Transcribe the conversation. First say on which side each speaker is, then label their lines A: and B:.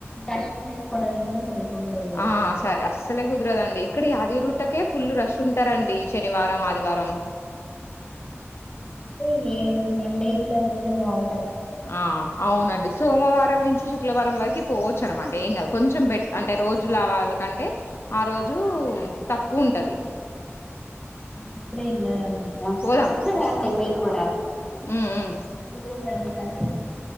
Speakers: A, on the left; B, on the left.
A: దర్శనం చేసుకోవడానికి కూడా సరిగ్గా ఉండదు
B: ఆ సరే అస్సలే కుదరదండి ఇక్కడ యాదగిరి గుట్టకే ఫుల్ రష్ ఉం ఉంటరండి శనివారం
A: ఆ,
B: ఆదివారం
A: అంటే ఏ మండే ఇట్లా వెళ్తే బాగుం
B: ఆ అవునండి సోమవారం నుంచి శుక్లవారం వరికి పోవచ్చు అనమాట ఏం కాదు కొంచెం బెట్ అంటే రోజుల వాళకంటే ఆ రోజు తక్కువ ఉంటది
A: అప్పుడే ఇలా రండి ఇలా
B: పోదాం
A: వస్తే
B: వస్తా
A: రండి మీరు కూడా
B: ఉమ్ ఉమ్
A: మీరు కూడా రండి కలి